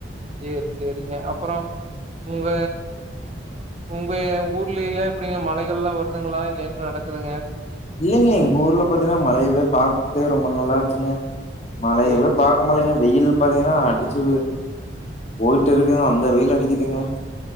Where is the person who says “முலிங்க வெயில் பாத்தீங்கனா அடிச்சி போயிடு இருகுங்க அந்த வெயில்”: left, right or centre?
Left